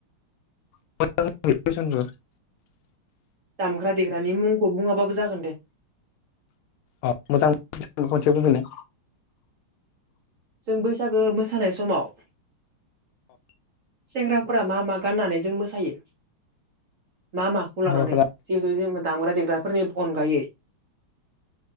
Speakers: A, on the left; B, on the right.
A: <unintelligible>
B: दामग्रा देग्रानि मुंखौ बुङाबाबो जागोन दे।
A: अ मोजां <unintelligible> खेबसे बुंफिननाय
B: जों बैसागो मोसानाय समाव सेंग्राफोरा मा मा गाननानै जों मोसायो? मा माखौ
A: बर'फोरा
B: लानानै जिहेथु जे दामग्रा देग्रा फोरनि अनगायै <inaudible>